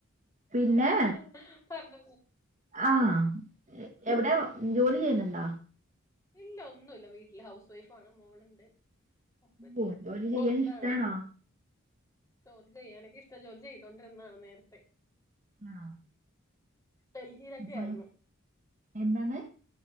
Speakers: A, on the right; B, on the left.
A: പിന്നെ
B: ഹം പറഞ്ഞ
A: ആഹ് എവിടെ ജോലി ചെയ്യണണ്ടോ
B: ഇല്ല ഒന്നുമല്ല വീട്ടില് ഹൗസ് വൈഫ ആണ് മോളുണ്ട്. ഹസ്ബൻഡ്
A: ഓ ജോലി
B: പുറത്താണ്.
A: ചെയ്യാൻ ഇഷ്ടാണോ
B: ജോലി ചെയ്യാനൊക്കെ ഇഷ്ടം ജോലി ചെയ്തോണ്ടിരുന്നതാണ് നേരത്തെ
A: ആഹ
B: ഡൽഹിയിലൊക്കെ
A: പോയ
B: ആയിരുന്നു
A: എന്താന്ന്